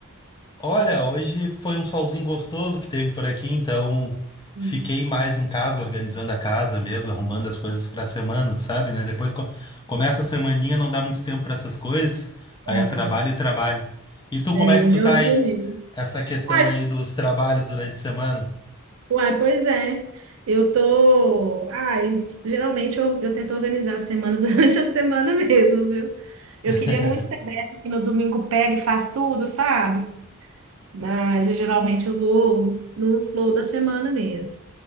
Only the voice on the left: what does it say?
Olha, hoje foi um solzinho gostoso que teve por aqui, então
fiquei mais em casa, organizando a casa mesmo, arrumando as coisas pra semana, sabe, né? Depois co- começa a semaninha, não dá muito tempo pra essas coisas, aí
é
trabalho e trabalho. E tu, como
é
que tu tá
aí?
Essa questão
aí dos trabalhos durante a semana?
<laughs>